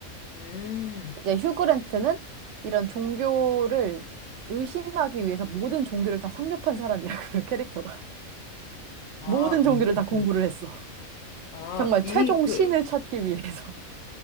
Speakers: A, on the left (about 80°); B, on the right (about 65°).
A: 음,
B: 이제 휴그랜트는 이런 종교를 의심하기 위해서 모든 종교를 다 섭렵한 사람이야, 그 캐릭터가. <laughs>
A: 아,
B: 모든
A: 음,
B: 종교를 다
A: 음,
B: 공부를
A: 음.
B: 했어.
A: 아,
B: 정말
A: 이,
B: 최종
A: 그,
B: 신을 찾기 위해서.